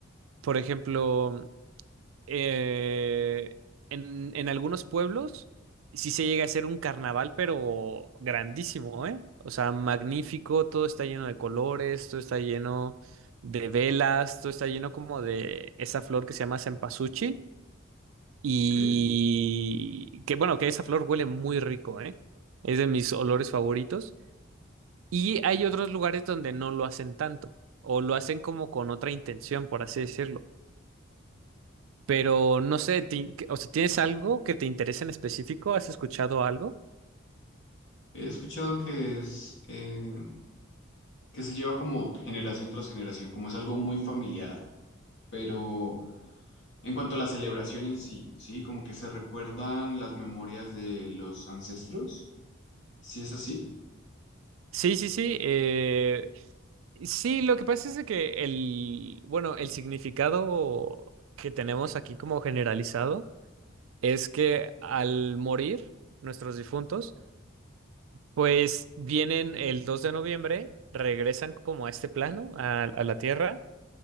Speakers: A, on the right; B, on the left.
A: Por ejemplo, eh, en, en algunos pueblos sí se llega a hacer un carnaval, pero grandísimo, ¿eh? O sea, magnífico, todo está lleno de colores, todo está lleno de velas, todo está lleno como de esa flor que se llama cempasúchil y
B: Ok.
A: que bueno, que esa flor huele muy rico, ¿eh? Es de mis olores favoritos. Y hay otros lugares donde no lo hacen tanto, o lo hacen como con otra intención, por así decirlo. Pero no sé, ¿te in- o sea, ¿tienes algo que te interese en específico? ¿Has escuchado algo?
B: He escuchado que es eh, que se lleva como generación tras generación, como es algo muy familiar, pero En cuanto a la celebración en sí, ¿sí? Como que se recuerdan las memorias de los ancestros, sí es así?
A: Sí, sí, sí. eh, sí, lo que pasa es de que el, bueno, el significado que tenemos aquí como generalizado es que al morir nuestros difuntos, pues vienen el 2 de noviembre, regresan como a este plano, a, a la tierra,